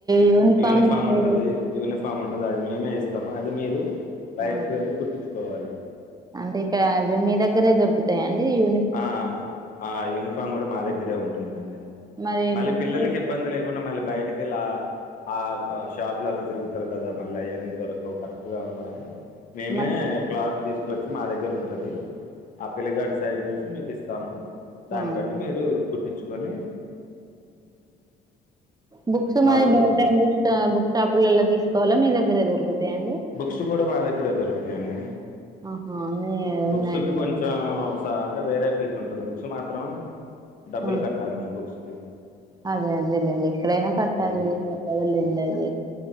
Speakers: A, on the right; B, on the left.
A: యూనిఫోమ్
B: యూనిఫామ్
A: మీరు
B: ఉంటుంది యూనిఫామ్ ఉంటుంది అది మేమే ఇస్తాము అది మీరు బయటకు
A: ఆ
B: వెళ్ళి కుట్టించుకోవాలి
A: అంటే ఇక్కడ ఇవి మీ దగ్గరే దొరుకుతాయిడి యూ
B: ఆ ఆ యూనిఫామ్ కూడా మా దగ్గరే ఉంటుందండి
A: మరి
B: మళ్ళీ
A: బుక్స్
B: పిల్లలకి ఇబ్బంది లేకు డా మళ్ళీ బయటకి వెళ్ళ ఆ షాప్లలా తిరుగుతారు కదా మళ్ళీ అవన్నీ దొరకవు కరెక్ట్ గా ఉండవని మేమే
A: మరి
B: క్లాత్ తీసుకొచ్చి మా దగ్గర ఉంటది ఆ పిల్ల గడు సైజుచూసి మీకు ఇస్తాము దాన్ని
A: ఆ
B: బట్టి మీరు కుట్టించుకొని
A: బుక్స్
B: వాడుకోవటం
A: మరి బయట బుక్ బుక్ షాపులలో తీసుకోవాలా మీ దగ్గరే దొరుకుతాయిండి
B: బుక్స్ కూడా మా దగ్గరే దొరుకుతాయండి
A: ఆహా అన్నీ
B: బుక్స్కి
A: ఉన్నాయండి
B: కొంచెం అంటే వేరే ఫీజు ఉంటుంది బుక్స్ మాత్రం డబ్బులు
A: ఆ
B: కట్టాలండి బుక్స్కి
A: అదే అదేలెండి ఎక్కడైనా కట్టాలి
B: ఉహుహు.
A: అదే లండది